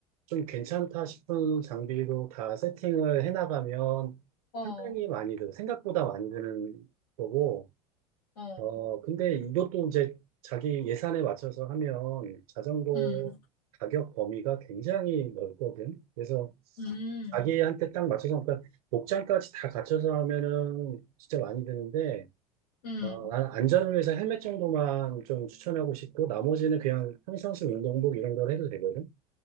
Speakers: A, on the right; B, on the left.
A: 좀 괜찮다 싶은 장비로 다 세팅을 해나가면
B: 어,
A: 상당히 많이 들, 생각보다 많이 드는 거고,
B: 어,
A: 어, 근데 이것도 이제 자기 예산에 맞춰서 하면 자전거
B: 음,
A: 가격 범위가 굉장히 넓거든. 그래서
B: 음,
A: 자기한테 딱 맞춰서, 그러니까 목장까지 다 갖춰서 하면은 진짜 많이 드는데,
B: 음,
A: 어, 나는 안전을 위해서 헬멧 정도만 좀 추천하고 싶고, 나머지는 그냥 평상시 운동복 이런 걸 해도 되거든.